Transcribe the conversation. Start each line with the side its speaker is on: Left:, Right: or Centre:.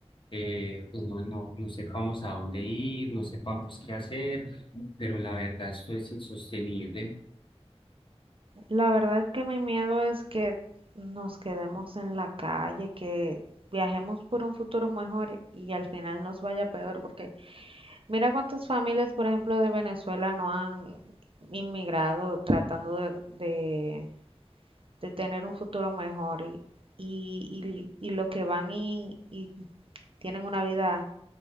Left: eh, pues no, no, no sepamos a dónde ir, no sepamos qué hacer, pero la verdad esto es insostenible.
Right: la verdad es que mi miedo es que nos quedemos en la calle, que viajemos por un futuro mejor y al final nos vaya peor, porque mira cuántas familias, por ejemplo, de Venezuela no han inmigrado tratando de, de- de tener un futuro mejor y, y, y- y lo que van y, y tienen una vida